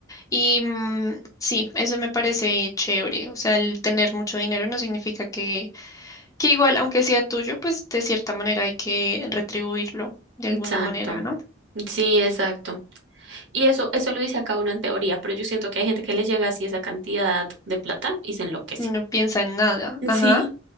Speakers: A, on the left; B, on the right.
A: Y mm, sí, eso me parece chévere. O sea, el tener mucho dinero no significa que, que igual, aunque sea tuyo, pues de cierta manera hay que retribuirlo de
B: Exacto.
A: alguna manera, ¿no?
B: Sí, exacto. Y eso, eso lo dice acá uno en teoría, pero yo siento que hay gente que le llega así esa cantidad de plata y se enloquece.
A: No piensa en nada. Ajá.
B: Sí.